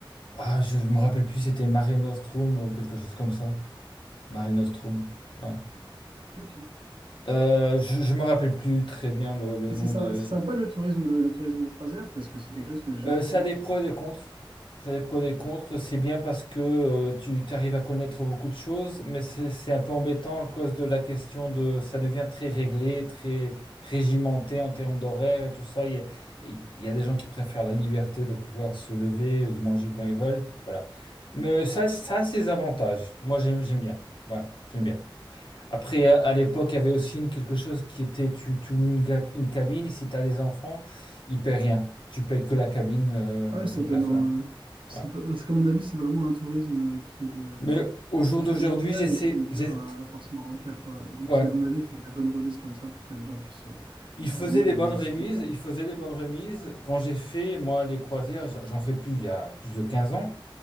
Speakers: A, on the left (about 65°); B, on the right (about 70°).
A: ah, je me rappelle plus, c'était Mare Nostrum ou quelque chose comme ça. Mare Nostrum, ouais.
B: Ok.
A: Euh, je, je me rappelle plus très bien le, le
B: Et
A: nom
B: c'est sy-
A: de,
B: c'est sympa le tourisme, le tourisme croisière parce que c'est quelque chose que j'ai jamais
A: Euh, ça
B: fait.
A: a des pros et des contres. Ça a des pros et des contres. C'est bien parce que euh, tu arrives à connaître beaucoup de choses, mais c'est c'est un peu embêtant à cause de la question de... Ça devient très réglé, très régimenté en termes d'horaire et tout ça. Il y a, il y a des gens qui préfèrent la liberté de pouvoir se lever ou de manger quand ils veulent. Voilà. Mais ça, ça a ses avantages. Moi, j'aime j'aime bien. Voilà, j'aime bien. Après, à à l'époque, il y avait aussi une- quelque chose qui était, tu, tu loues une, ga- une cabine, et si tu as des enfants, ils ne paient rien. Tu payes que la cabine euh,
B: Ah ouais, ça
A: de place,
B: donne en-
A: voilà.
B: euh, c'est
A: Voilà.
B: pas- parce qu'à mon avis, c'est vraiment un tourisme euh, qui est, euh,
A: Mais au jour
B: qui est familial
A: d'aujourd'hui, j'essaie,
B: et qui est dur
A: j'ai-
B: à, à forcément remplir, quoi. Et Donc,
A: ouais.
B: c'est, à mon avis, ils font des bonnes remises comme ça pour que les gens puissent, euh,
A: Ils
B: puissent
A: faisaient
B: venir
A: des
B: et
A: bonnes
B: les
A: remises,
B: inciter.
A: ils faisaient des bonnes remises. Quand j'ai fait, moi, les croisières, j'en j'en fais plus il y a plus de 15 ans.